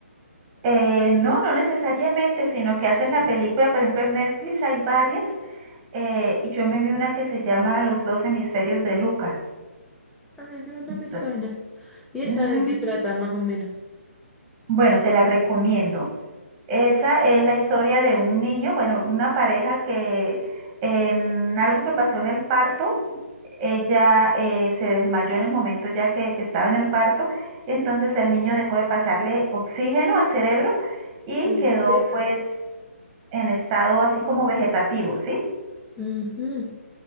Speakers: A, on the right (about 20°); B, in the centre.
A: Eh, no, no necesariamente, sino que hacen la película, por ejemplo, en Netflix hay varias, eh, y yo me vi una que se llama Los dos hemisferios de Luca.
B: Ah, no, no
A: Ento-
B: me suena. ¿Y esa
A: mm,
B: de qué trata más o menos?
A: Bueno, te la recomiendo. Esa es la historia de un niño, bueno, una pareja que en algo que pasó en el parto, ella eh, se desmayó en el momento ya que, que estaba en el parto, y entonces el niño dejó de pasarle oxígeno al cerebro y
B: Ok.
A: quedó pues en estado así como vegetativo, ¿sí?
B: Ujú.